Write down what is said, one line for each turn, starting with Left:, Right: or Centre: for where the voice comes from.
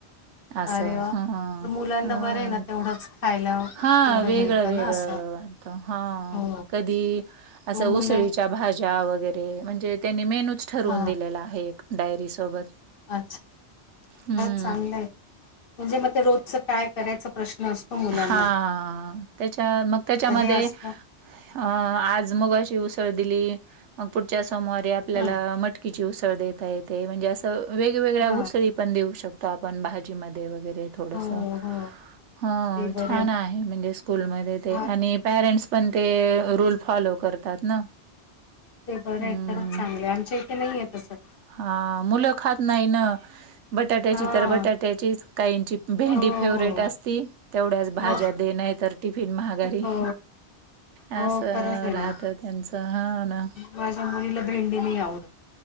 Right: असं
Left: अरे वा
Right: ह
Left: पण मुलांना
Right: ह
Left: बरं आहे ना तेवढंच खायला
Right: हा
Left: तेवढं
Right: वेगळं
Left: मिळतं
Right: -वेगळं
Left: ना असं
Right: वाटत. हा
Left: हो
Right: कधी अस
Left: मग
Right: उसळीच्या
Left: मुलं
Right: भाज्या ज्या वगैरे म्हणजे त्यांनी मेनूच ठरवून
Left: हां
Right: दिलेला आहे एक डायरी सोबत.
Left: अच्छा.
Right: हूं...
Left: चांगलंय म्हणजे मग ते रोजच काय करायचा प्रश्न असतो मुलांना.
Right: हा त्याच्या मग त्याच्यामध्ये
Left: तर हे असतं
Right: अ आज मुगाची उसळ दिली, मग पुढच्या सोमवारीे आपल्याला
Left: हां
Right: मट कीची उसळ देता येते म्हणजे असं वेगवेगळ्या
Left: हां
Right: उसळी पण देऊ शकत तो आपण भाजी मध्ये वगैरे थोडसं
Left: हो हो
Right: हं
Left: ते बरं
Right: छान आहे म्हणजे <inaudible> स्कूलमध्ये ते
Left: हा
Right: आणि पॅरेंट्स पण ते रूल फॉलो करतात ना.
Left: ते बरं
Right: अं,
Left: एकतरच चांगले आहे. आमच्या इथे नाही येत असत.
Right: हा मुलं खात नाही ना. बटाट्याची
Left: हां.
Right: तर बटाट्याची काहींची भेंडी
Left: हो,
Right: फेवरेट
Left: हो.
Right: असती. तेवढ्याच भाज्या
Left: हो.
Right: दे नाही तर टिफिन महागारी
Left: हो,
Right: असं
Left: हो. खरंच आहे ना.
Right: राहतं त्यांचं <inaudible> हो ना.
Left: माझ्या मुलीला भेंडी नाही आवडत.